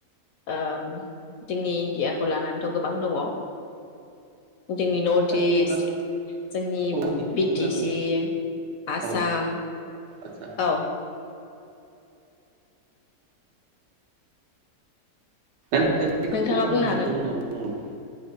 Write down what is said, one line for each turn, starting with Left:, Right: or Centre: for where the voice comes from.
Left: ओ जोंनि इण्डियाखौ लानानैथ' गोबां दङ। जोंनि नर्थ
Right: दा
Left: इस्ट
Right: खौरां
Left: जोंनि
Right: खौरां बिजों
Left: बि
Right: होनना
Left: टि
Right: बुङो
Left: सि आसाम।
Right: औ आदसा
Left: औ।
Right: <unintelligible>
Left: नोंथाङा
Right: खौरां
Left: बुंनो
Right: बिजों
Left: हागोन
Right: होनना बुङो।